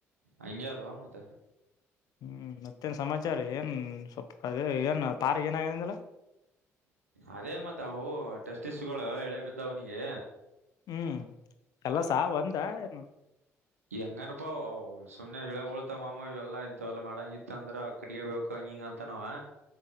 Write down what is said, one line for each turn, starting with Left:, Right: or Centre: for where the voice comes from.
Right: ಅಯದು ಅವ ಮತ್ತ
Left: ಹ್ಮ್ ಮತ್ತೇನ್ ಸಮಾಚಾರ ಏನ್ ಸ್ಪ್ಪ ಏನ್ ತಾರ್ ಏನಗಿಂದಿಲ್ಲ
Right: ಅದೇ ಮತ್ತ ಅವು ಟೆಸ್ಟ್ಟಗಳು ಇಳೆ ಬಿದ್ದ ಅವ್ನಿಗೆ
Left: ಹ್ಮ್ ಎಲ್ಲ ಸಹ ಒಂದ ಏನು
Right: ಹೆಂಗನಪಾ ಸುಮ್ನೆ ಹೇಳ ಬಳ್ತ ಮಾಮ ಇವೆಲ್ಲಾ ಇಂತ ಅಲ್ಲ ಮಾಡಂಗ ಇತ್ತ ಅಂದ್ರ ಕಡಿಗ ಬೇಕ ಹಂಗ ಅಂತನವಾ